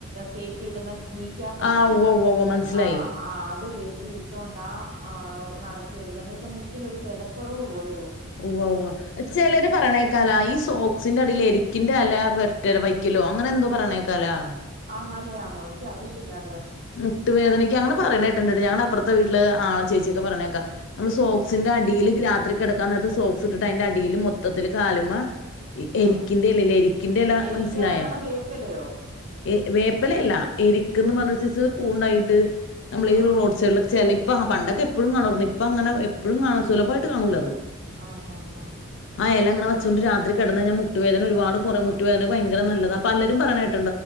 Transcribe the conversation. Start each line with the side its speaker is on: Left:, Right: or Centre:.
Right: കേറ്റിടുന്ന നീക്കിയാപ്പ്ണ്ടല്ലോ
Left: ആഹ് ഉവ്വ ഉവ്വ ഉവ്വ മനസ്സിലായി
Right: ആ ആ അത് കേ ചീട്ടൊണ്ടാ ആ നടക്കിയെടുക്ക് എന്ന്വെച്ച മുട്ടിനൊരു ബലക്കുറവ്പോലും
Left: ഉവ്വ് ഉവ്വ് ചെലർ പറയണ കേക്കാലോ ഈ സോക്സിന്റെ അടിൽ എരിക്കിന്റെ യെല വരട്ടെ വെക്കലോ അങ്ങനെ എന്തോ പറണ്കേൾക്കാലോ
Right: ന്നല്ലയാന്നോ എനിക്ക് അറിയത്തില്ല അത്
Left: മുട്ടുവേദനയ്ക്ക്
Right: ഏഹ്
Left: അങ്ങനെ പറയണ്കേ ണ്ട് ഞങ്ങള അപ്പുറത്തെ വീട്ടിൽ ആളെ ചേച്ചിക്കെ പറണ് കേക്ക നമ്മൾ സോക്സിന്റെ
Right: ആഹ്
Left: അടിയിൽ ഗ്ര ത്രി കിടക്കാൻ നേരത്ത് സോക്സ് ഇട്ടിട്ട് അതിന്റെ അടിയിൽ മൊത്തത്തില് കാലുമ്മേ എരിക്കിന്റെ
Right: ആഹ്
Left: ഇല ഇല്ലേ എരിക്കിന്റെ എല
Right: എരിക്കാന്നോ
Left: മനസ്സിലായ
Right: വേപ്പിലയോ
Left: ഏ വേപ്പിലയല്ല എരിക്കെന്നു
Right: ആഹ്
Left: പറഞ്ഞ് ഒരു സൈസ് പൂണായിട്ട് നമ്മള്
Right: ആഹ്
Left: ഈ റോഡ് സൈഡിലൊക്കെ ചെലയിം ഇപ്പ ആ പണ്ടൊക്കെ എപ്പോഴും കാണാറുന്നു ഇപ്പ അങ്ങനെ എപ്പഴും കാണും സുലഭായിട്ട് കാണൂല്ല അത്
Right: ആഹ് ആഹ് ആഹ്
Left: ആ എലങ്ങനെ വച്ചൂണ്ട്
Right: ആഹ്
Left: രാത്രി കിടന്നാഞാ മുട്ടുവേദന ഒരുപാട് പുറമുറ്റു വേദനക്ക് ഭയങ്കര നല്ലതാ പലരും പറണെകേ